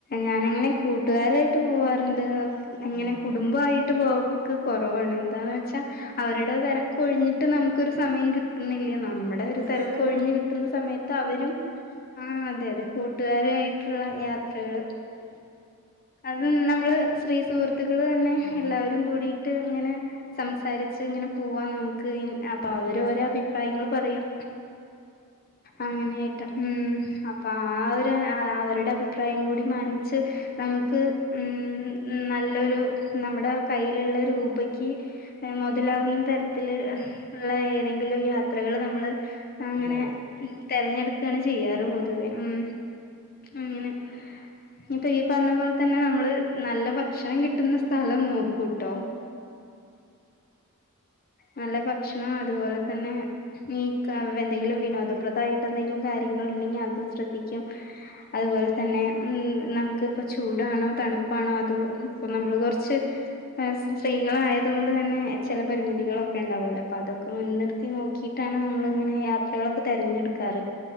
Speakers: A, on the left; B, on the right.
A: ഞാനങ്ങനെ കൂട്ടുകാരായിട്ട് പോവാറുണ്ട് എങ്ങനെ
B: ഉം
A: കുടുംബായിട്ട്
B: ഉം
A: പോ കുറവാണ് എന്താന്ന് വെച്ചാൽ അവരുടെ തിരക്ക് ഒഴിഞ്ഞിട്ട് നമുക്കൊരു സമയം കി ട്ട്ന്നില്ല നമ്മുടെ ഒരു
B: കൂട്ടുകാരായിട്ട്
A: തിരക്ക് ഒഴിഞ്ഞു
B: പോ-
A: കിട്ടുന്ന സമയത്ത് അവരും ആഹ് അതെ അതെ കൂ ട്ടുകാരുമായിട്ടുള്ള യാത്രകള് അത് നമ്മള് സ്ത്രീ സുഹൃ ത്തുക്കള് തന്നെ
B: ഉം
A: എല്ലാവരും
B: ഉം
A: കൂടിട്ട് ഇങ്ങനെ സംസാരിച്ച് ഇങ്ങനെ പോവാൻ നമുക്ക് അപ്പൊ
B: വെറുതെ
A: അവര് ഓരോ അഭിപ്രായങ്ങള് പറയാം അങ്ങനെയായ്റ്റാ ഉം അപ്പൊ ആ ഒരു അവരുടെ അഭിപ്രായം കൂടി മാനിച്ച് നമുക്ക് ഉം നല്ലൊരു നമ്മുടെ കയ്യിലുള്ള രൂപക്ക് മുതലാവുന്ന തരത്തില് ഉള്ള ഏതെങ്കിലും യാത്രകൾ നമ്മള് അങ്ങനെ
B: അതെ അതെ
A: തെരഞ്ഞെടുക്കാണ് ചെയ്യാറ് പൊതുവേ ഉം അങ്ങനെ ഇപ്പൊ ഈ പറഞ്ഞ പോലെ തന്നെ നമ്മള് നല്ല ഭക്ഷണം കിട്ടുന്ന സ്ഥലം നോക്കൂട്ടോ നല്ല ഭക്ഷണം അതുപോലെ തന്നെ നീക്ക എന്തെങ്കിലും വിനോദപ്രദമായിട്ട് എന്തെങ്കിലും കാര്യങ്ങൾ ഉണ്ടെങ്കിൽ അതും ശ്രദ്ധിക്കും അതുപോലെ തന്നെ ഉം നമുക്ക് ഇപ്പ ചൂടാണോ തണുപ്പാണോ അത് ഇപ്പൊ നമ്മള് കുറച്ച് സ്ത്രീകളായത് കൊണ്ട് തന്നെ ചില പരിമി തികളൊക്കെ ഉണ്ടാവൂലോ അപ്പൊ അതൊക്കെ മുൻനിർത്തി നോക്കിയിട്ടാണ് നമ്മളിങ്ങനെ യാത്രകളൊക്കെ തിരഞ്ഞെടുക്കാറ്